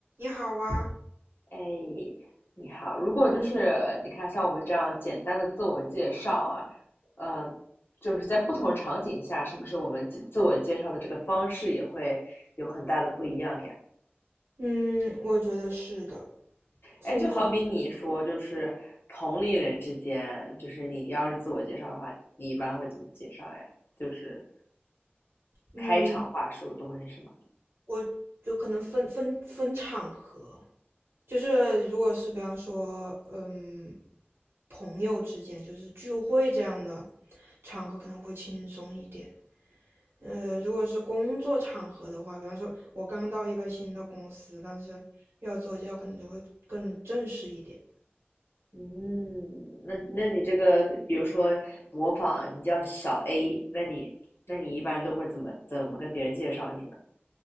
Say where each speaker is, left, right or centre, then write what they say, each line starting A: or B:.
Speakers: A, on the right; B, on the left.
A: 你好啊，
B: 哎，你好。如果就是你看，像我们这样简单的自我介绍啊，呃，就是在不同场景下，是不是我们自自我介绍的这个方式也会有很大的不一样呀？
A: 嗯，我觉得是的，分情，
B: 哎，就好比你说，就是同龄人之间，就是你要是自我介绍的话，你你一般会怎么介绍呀？就是开场话术都会是什么？
A: 嗯，我就可能分分分场合，就是如果是比方说，嗯，朋友之间就是聚会这样的场合可能会轻松一点。呃，如果是工作场合的话，比方说我刚到一个新的公司，但是要自我介绍可能就会更正式一点。
B: 嗯，那那你这个，比如说模仿，你叫小 A，那你那你一般都会怎么怎么跟别人介绍你呢？